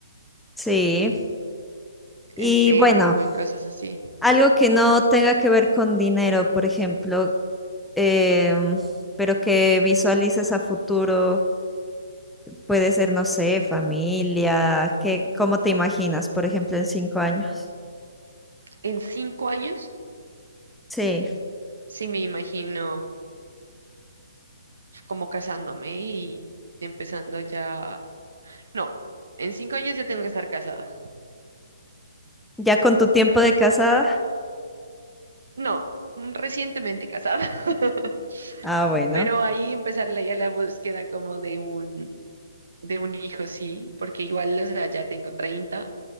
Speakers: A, in the centre; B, on the right.
A: Sí. Y
B: en Temu
A: bueno.
B: o en cosas así.
A: Algo que no tenga que ver con dinero, por ejemplo, em, pero que visualices a futuro, puede ser, no sé, familia, qué, ¿cómo te imaginas, por ejemplo, en cinco años?
B: En cinco años,
A: Sí,
B: sí me imagino como casándome y empezando ya. No, en cinco años ya tengo que estar casada.
A: ya con tu tiempo de casada.
B: No, mm, recientemente casada. <laughs>
A: Ah, bueno,
B: Pero ahí empezar la- ya la búsqueda como de un, de un hijo, sí, porque igual, o sea, ya tengo 30